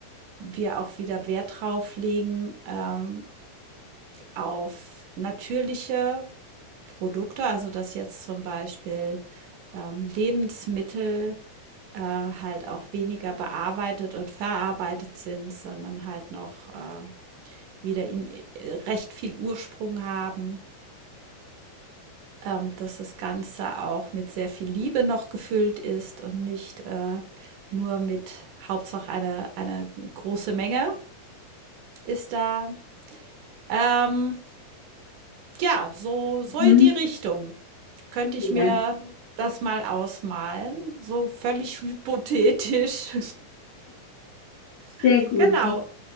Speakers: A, on the right (about 75°); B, on the left (about 75°).
A: wir auch wieder Wert drauf legen ähm, auf natürliche Produkte, also dass jetzt zum Beispiel ähm, Lebensmittel äh, halt auch weniger bearbeitet und verarbeitet sind, sondern halt noch äh, wieder in äh, recht viel Ursprung haben, ähm, dass das Ganze auch mit sehr viel Liebe noch gefüllt ist und nicht äh, nur mit Hauptsache eine, eine große Menge ist da. Ähm, ja, so, so
B: Mhm.
A: in die Richtung könnte ich
B: Ja,
A: mir das mal ausmalen, so völlig hypothetisch. <laughs>
B: sehr gut.
A: genau.